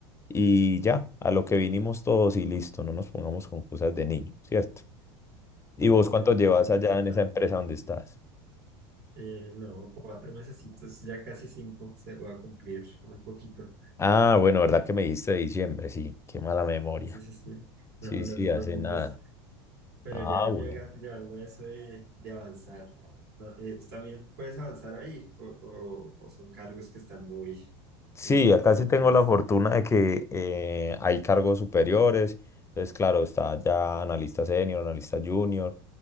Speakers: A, on the left; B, on the right.
A: y ya, a lo que vinimos todos y listo, no nos pongamos con cosas de niño, ¿cierto?
B: Sí,
A: ¿Y vos
B: hacerla,
A: cuánto llevas
B: que es lo
A: allá
B: importante.
A: en esa empresa donde estás?
B: Eh, no, cuatro mesecitos, ya casi cinco, se va a cumplir un poquito.
A: Ah, bueno, ¿verdad que me dijiste de diciembre? Sí, qué mala memoria.
B: Sí, sí, sí.
A: Sí,
B: No, no
A: sí,
B: te preocupes.
A: hace nada.
B: Pero
A: Ah,
B: ya
A: bueno.
B: llega, llevando a eso de, de avanzar, ¿no? Eh, ¿tú también puedes avanzar ahí? ¿O, o- o son cargos que están muy,
A: Sí,
B: muy ocupados,
A: acá sí tengo
B: muy estipulados?
A: la fortuna de que eh, hay cargos superiores. Entonces, claro, está ya analista senior, analista junior